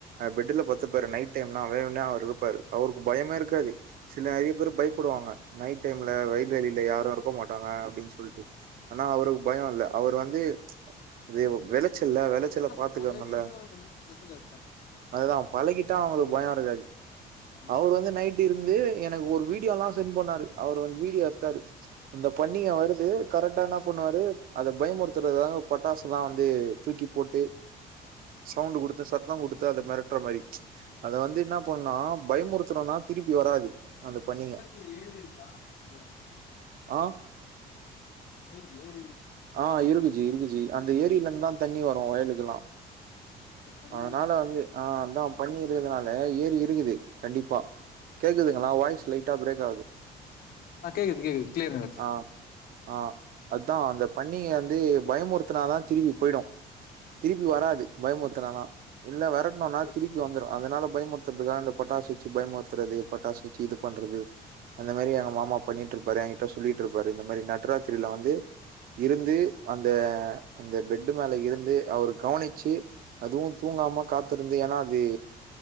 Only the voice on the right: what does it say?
பெட்டு்ல பத்துபாரு நைட் டைம் வேணும்னே அவர் இருப்பாரு அவருக்கு பயமே இருக்காது சில நெறைய பேர் பயப்புடுவாங்க நைட் அன் டைம்ல வயல்வெளில யாரு இருக்க மாட்டாங்க அப்டின்னு சொல்லிட்டு ஆனா அவருக்கு பய இல்ல அவர் வந்து இது விளைச்சல்ல விளைச்ச ல்ல
பாத்துக்குவாங்கள
அந்த
அதுதா பழகிட்டா அவங்களுக்கு
பய இருக்காது
அவர் வந்து நைட் இருந்து எனக்கு ஒரு வீடியோ எல்லா சென்ட் பண்ணாரு அவரு வந்து வீடியோ எடுத்தார் இந்த பண்ணிங்க வருது கரெக்டா என்ன பண்ணுவாரு அத பயமுறுத்துறதாங்க பட்டாசல்லா வந்து தூக்கி போட்டு சவுண்ட் குடுத்த சத்த கொடுத்து அத மிரட்ற மாரி அத வந்து என்ன பண்ணுணா பயமுறுத்தணுனா திருப்பி வராது அந்த பண்ணீங்க
ஆ
ஆ
இருக்குஜி இருக்குஜி அந்த ஏரிலந்துதா தண்ணி வரு வயலுக்கெல்லா
அதனால வந்து ஆ அதா பண்ணி இருகதுனால
ஏரி இருகுது கண்டிப்பா கேக்குதுங்ளா வாய்ஸ் லைட்டா பிரேக்காவுது
ஆ ஆ அதா அந்தப் பண்ணிகந்து பயமொறுத்துனாதாந் திருபி போயிடு திருப்பி வராது பயமொத்தனாதா இல்ல வெரட்ணுனாத்
திருப்பி
வந்துரு அதனால பயமொர்த்தற்துகா இந்தப் பட்டாசு வெச்சு பயமொர்த்தறது பட்டாசு வெச்சு இதுப் பண்றது அந்த மேரி எங்க மாமா பண்ணிட்ருப்பாரு எங்கிட்ட சொல்லிட்ருப்பாரு இந்த மாரி நட்ராத்திரில வந்து இருந்து அந்த அந்த பெட்டு மேல இருந்து அவுரு கவுனிச்சி அதுவு தூங்காம காத்திருந்து எனா அதே